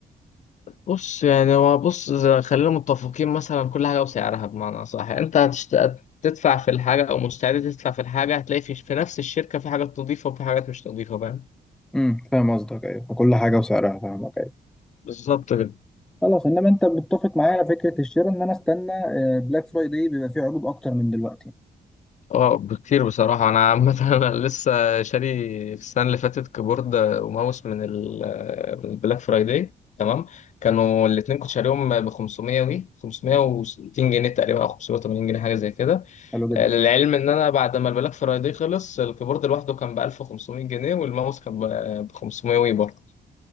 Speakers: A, on the left; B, in the centre.
A: بص يعني هو بص زي- خلينا متفقين مثلا كل حاجة وسعرها بمعنى صح يعني انت هتشت... تدفع في الحاجة او مستعد تدفع في الحاجة هتلاقي في, في نفس الشركة في حاجات نظيفة وفي حاجات مش نظيفة فاهم
B: امم فاهم قصدك أيوة فكل حاجة وسعرها فاهمك أيوة
A: بالظبط كده
B: خلاص انما انت متفق معايا على فكره الشراء ان انا استنى بلاك فرايداي بيبقى فيه عروض اكتر من دلوقتي
A: اه بكتير بصراحة أنا عامة <laughs> أنا لسه شاري في السنة اللي فاتت كيبورد وماوس من ال من البلاك فرايداي تمام كانوا الاتنين كنت شاريهم ب 500 وي 560 جنيه تقريبا أو 580 جنيه حاجة زي كده
B: حلو جدا
A: للعلم ان انا بعد ما البلاك فرايداي خلص الكيبورد لوحده كان ب 1500 جنيه والماوس كان ب 500 وي برضه